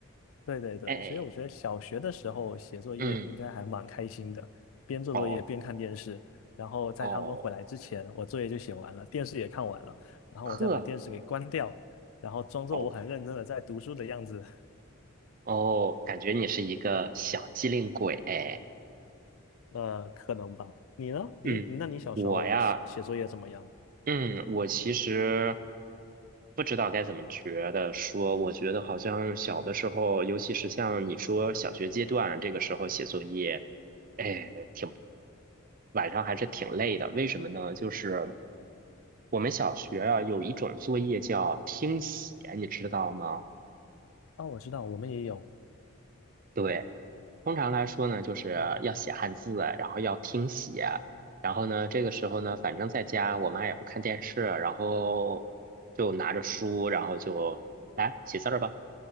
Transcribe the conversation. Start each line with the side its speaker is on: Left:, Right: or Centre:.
Left: 对对对，
Right: 哎，
Left: 所以我觉得小学的时候写作业应该还蛮开心的，
Right: 嗯，
Left: 边做作业边看电视，
Right: 哦
Left: 然后在他们回来之前，
Right: 哦，
Left: 我作业就写完了，电视也看完了，然后我再把电视给关掉，
Right: 呵，
Left: 然后装作我很认真的在读书的样子，
Right: 哦哦，感觉你是一个小机灵鬼，哎。
Left: 呃，可能吧。你呢？
Right: 嗯，
Left: 你那你小时候写写作业怎么样？
Right: 我呀，嗯，我其实不知道该怎么觉得说，我觉得好像小的时候，尤其是像你说小学阶段这个时候写作业，哎，挺晚上还是挺累的。为什么呢？就是我们小学啊有一种作业叫听写，你知道吗？
Left: 哦，我知道，我们也有，
Right: 对。通常来说呢，就是要写汉字，然后要听写，然后呢，这个时候呢，反正在家我妈也不看电视，然后就拿着书，然后就来写字儿吧，